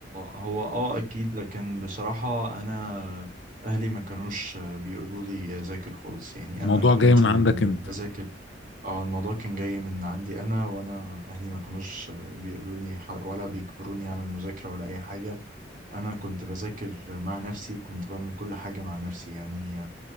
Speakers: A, on the right; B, on the left.
A: هو اه اكيد لكن بصراحة انا اهلي ما كانوش بيقولوا لي اذاكر خالص يعني
B: الموضوع
A: انا كنت
B: جاي من عندك أنت
A: بذاكر اه الموضوع كان جاي من عندي انا وانا اهلي ما كانوش بيقولوا لي ح- ولا بيجبروني على المذاكره ولا اي حاجه انا كنت بذاكر مع نفسي وكنت بعمل كل حاجه مع نفسي يعني